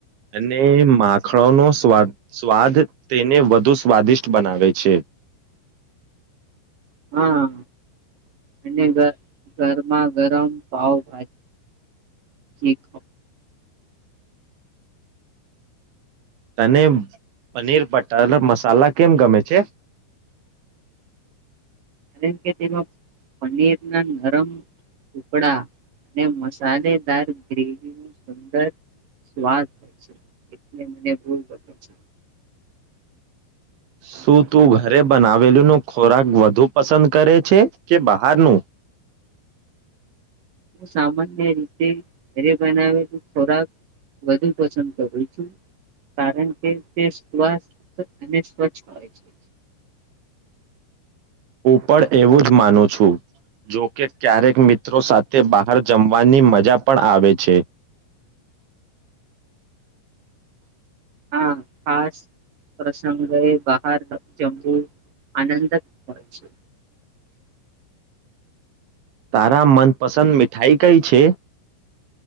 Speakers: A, on the right (about 65°); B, on the right (about 45°).
A: અને માખણોનો સ્વાદ સ્વાદ તેને વધુ સ્વાદિષ્ટ બનાવે છે.
B: હા અને ઘર ઘરમાં ગરમ પાવભા જી
A: તને પનીર બટર મસાલા કેમ ગમે છે
B: કારણ કે તેમાં પનીર ના નરમ ટુકડા ને મસ સાલેદાર ગ્રેવી સુંદર સ્વાદ હોય છે એટલે મને બુ ગમે છે.
A: શું તું ઘરે બનાવેલોનો ખોરાક વધુ પસંદ કરે છે કે બહારનું
B: સામાન્ય રીતે ઘરે બનાવેલ ખોરાક વધુ પસંદ કરું છું કારણ કે તે સ્સ્થ અને સ્વચ્છ હો છે
A: હું પણ એવુ જ માનું છું જોકે ક્યારેક મિત્રો સાથે બહાર જમવાની મજા પણ આવે છે
B: હા ખાસ પ્રસંગ એ બહાર જમવું આનંદ જ હોય છે
A: તારા મનપસંદ મીઠાઈ કઈ છે